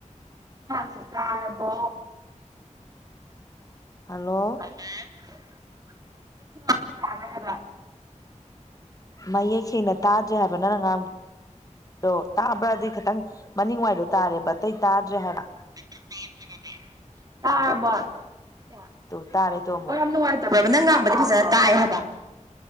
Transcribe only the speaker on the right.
ꯃꯌꯥꯝꯁꯦ ꯇꯔꯕꯣ
<unintelligible>
<unintelligible> ꯇꯔ꯭ꯕꯣ ꯁꯦ
ꯑꯣ ꯌꯥꯝ ꯅꯨꯡꯎꯏ ꯇ꯭ꯕꯔꯕ ꯅꯪ ꯉꯝꯕꯗꯤ ꯐꯖꯅ ꯇꯥꯏ ꯍꯥꯏꯕ